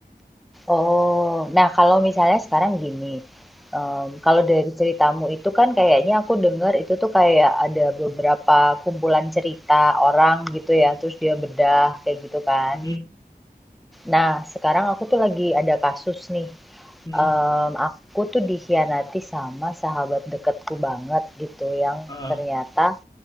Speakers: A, in the centre; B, on the left (about 25°).
A: Oh, nah kalau misalnya sekarang gini, em, kalau dari ceritamu itu kan kayaknya aku dengar itu tuh kayak ada beberapa kumpulan cerita orang gitu ya, terus dia bedah kayak gitu kan.
B: Mm,
A: Nah, sekarang aku tuh lagi ada kasus nih,
B: mm,
A: em, aku tuh dikhianati sama sahabat deketku banget gitu, yang
B: uh,
A: ternyata